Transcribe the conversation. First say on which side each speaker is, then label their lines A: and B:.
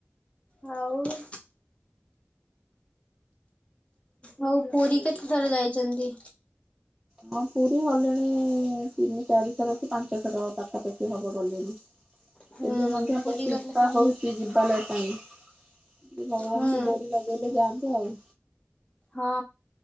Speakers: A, on the left (about 25°); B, in the centre.
A: ହୋଉ ହଉ ପୁରୀ କେତେ ଥର ଯାଇଛନ୍ତି?
B: ହଁ ପୁରୀ ଗଲେଣି ତିନି ଚାରିଶର କି ପାଞ୍ଚ ଥର ପାଖାପାଖି ହବ ଗଲିଣି।
A: ହୁଁ
B: ଏବେ ମଧ୍ୟ
A: ପୁରୀ
B: ବହୁତ
A: ଗଲେ
B: ଇଚ୍ଛା ହଉଛି ଯିବା ଲ ଉଁ ଭଗବାନଙ୍କୁ
A: ହୁଁ।
B: ଡୋରି ଲଗିଇଲେ ଯାଆନ୍ତି ଆଉ?
A: ହଁ